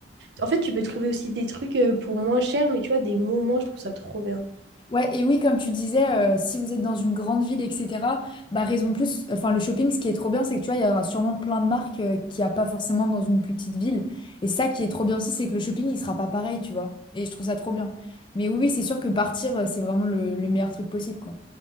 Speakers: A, on the right (about 65°); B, on the left (about 25°).
A: en fait, tu peux trouver aussi des trucs euh, pour moins cher, mais tu vois, des moments, je trouve ça trop bien.
B: Ouais, et oui, comme tu disais, euh, si vous êtes dans une grande ville, etc., bah raison de plus, enfin le shopping, ce qui est trop bien, c'est que tu vois, il y aura sûrement plein de marques euh, qu'il n'y a pas forcément dans une plus petite ville. Et ça qui est trop bien aussi, c'est que le shopping, il sera pas pareil, tu vois. Et je trouve ça trop bien. Mais oui, oui, c'est sûr que partir, euh, c'est vraiment le, le meilleur truc possible, quoi.